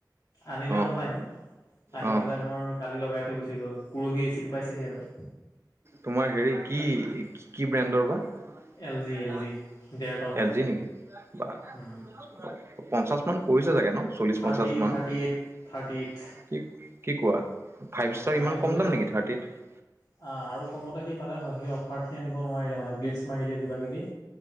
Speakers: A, on the left; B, on the right.
A: আনিলে
B: অ
A: অনলাইন <inaudible> আহি
B: অহ
A: পেলাই ধৰ কালি লগাই থৈ গুচি গ'ল। পৰহি এচিটো পাইছেহি আৰু। <inaudible>
B: তোমাৰ হেৰি কি-কি ব্ৰেণ্ডৰ বা? <inaudible> <unintelligible>
A: এল জি এল জি ডেৰ টনৰ
B: এল জি নেকি? বাহ
A: উম,
B: <inaudible> পঞ্চাশ মান পৰিছে চাগে ন, চল্লিশ-পঞ্চাশ
A: থাৰ্টি
B: মান
A: থাৰ্টি এইট
B: <inaudible>
A: থাৰ্টি এইট
B: কি কি কোৱা, ফাইভ
A: উম,
B: ষ্টাৰ
A: মানে
B: ইমান
A: কি
B: কম
A: হ'ল
B: দাম নেকি থাৰ্টিত <unintelligible>
A: <unintelligible> আৰু কমতে সি পালে হয় সেই অফাৰ আনিব নোৱাৰিলে মানে গ্লিটছ মাৰিলে কিবা-কিবি